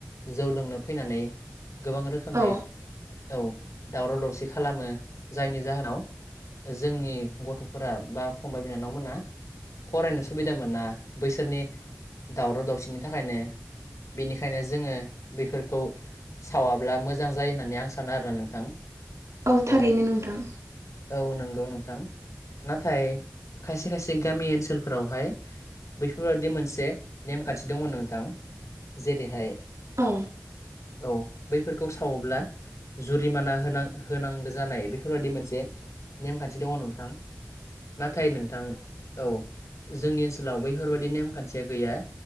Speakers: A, on the left (about 75°); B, on the right (about 75°).
A: जौ लोंनो फैनानै गोबां रोखोमनि
B: औ
A: औ दावराव-दावसि खालामो जायनि जाहोनाव जोंनि गथ'फोरा बा फंबाय बिनानाव मोना फरायनो सुबिदा मोना। बैसोरनि दावराव-दावसिनि थाखायनो। बेनिखायनो जोङो बेफोरखौ सावाब्ला मोजां जायो होननानै आं सानो आरोना नोंथां
B: औ
A: ओ।
B: थारैनो नोंथां
A: औ नंगौ नोंथां। नाथाय खायसे खायसे गामि ओनसोलफोरावहाय बेैफोरबादि मोनसे नेमखान्थि दङ नोंथां जेरैहाय
B: औ
A: औ बैफोर सावोब्ला जुरिमाना होन होनांगौ जानाय बेफोरबायाददि मोनसे नेमखान्थि दङ नोंथां नाथाय नोंथां औ जोंनि ओनसोलाव बैफोरबायदि नेमखान्थिया गैया।